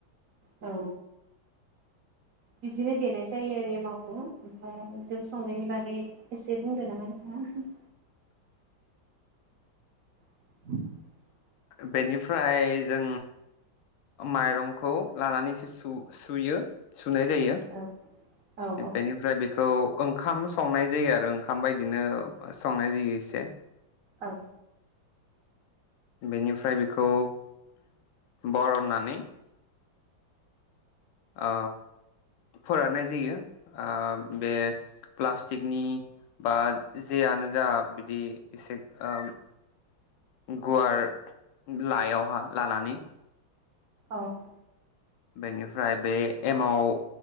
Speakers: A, on the right (about 85°); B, on the left (about 85°).
A: औ बिदिनो देनाय जायो आरो एमावखौ ओमफ्राय जौ संनायनि बागै एसे बुंदो नामा नोंथाङा <inaudible>
B: बेनिफ्राय जों माइरंखौ लानानै एसे सु-सुयो सुनाय जायो
A: औ औ
B: बेनिफ्राय बेखौ ओंखाम संनाय जायो आरो ओंखाम बायदिनो संनाय जायो एसे
A: औ
B: बेनिफ्राय बेखौ बरननानै ओ फोराननाय जायो ओ बे प्लास्टिकनि बा जेयानो जा बिदि एसे ओ गुवार लाइयावहा लानानै
A: औ
B: बेनिफ्राय बे एमाव